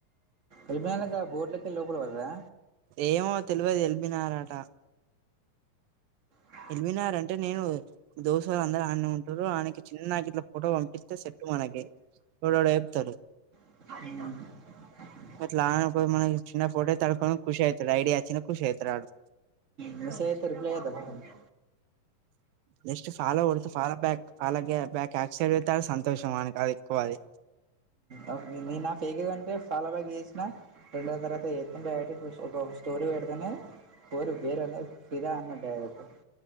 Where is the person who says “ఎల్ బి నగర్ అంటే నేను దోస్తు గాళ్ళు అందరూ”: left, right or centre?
Right